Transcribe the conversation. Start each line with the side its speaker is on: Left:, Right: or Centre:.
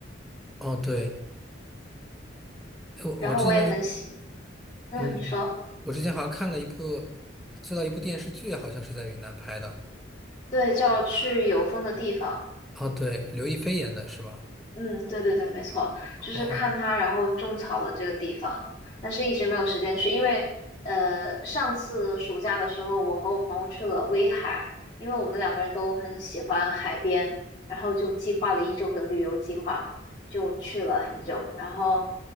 Centre: 哦，对，哎我我之前，
Left: 然后我也很喜，嗯，
Centre: 嗯，
Left: 你说，
Centre: 我之前好像看了一部，知道一部电视剧，好像是在云南拍的。
Left: 对，就要去有风的地方。
Centre: 哦，对，刘亦菲演的是吧？
Left: 嗯，对对对，没错，
Centre: 哦。
Left: 就是看它，然后种草了这个地方，但是一直没有时间去，因为呃，上次暑假的时候，我和我朋友去了威海，因为我们两个人都很喜欢海边，然后就计划了一周的旅游计划，就去了很久，然后